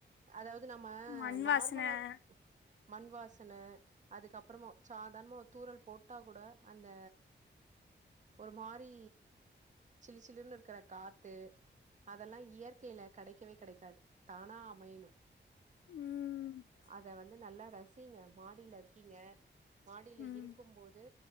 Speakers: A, on the right (about 40°); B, on the left (about 80°).
A: அதா வ்து நம்ம
B: மண்
A: நார்மலா
B: வாசன
A: மண் வாசன அதுக்குப்பறம சாதாரணமா ஒரு தூறல் போட்டா கூட அந்த ஒரு மாரி சில்லு சில்லுன்னு இருக்கிற காத்து அதெல்லா இயற்கையில கெடைக்கவே கெடைக்காது தானா அமையனு
B: ம்
A: அத வந்து நல்லா ரசிங்க மாடில இருக்கிங்க மாடியில
B: ம்
A: இருக்கும் போது